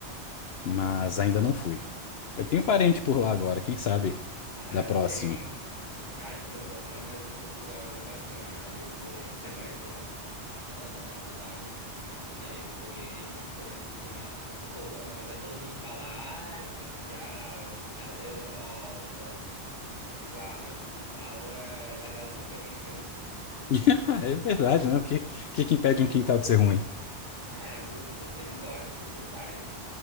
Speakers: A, on the left (about 65°); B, on the left (about 25°).
A: mas ainda não fui. Eu tenho parente por lá agora, quem sabe
B: É,
A: da próxima.
B: tem... Já ajuda, né? Mas Portugal é bem bacana. Eu morei um semestre lá, da, da faculdade. E aí foi uma experiência assim ma- muito boa. Apesar de todo mundo falar, ah, era Portugal, é o quintal da Europa. Eu digo, ah, mas o quintal é legal também. <laughs>
A: <laughs> É verdade, né? O que, que que impede um quintal de ser ruim?
B: É, eu inclusive gosto de quintais.